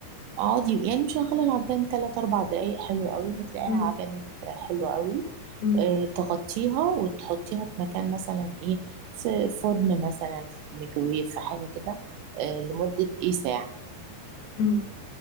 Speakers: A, on the right; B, on the left.
A: اقعدي يعني مشغلة العجان تلات أربع دقايق حلو قوي هتلاقيها
B: امم
A: عجنت حلو قوي
B: امم
A: آه، تغطيها وتحطيها في مكان مثلا ايه في فرن مثلا في ميكرويف في حاجة كده آه، لمدة ايه ساعة
B: امم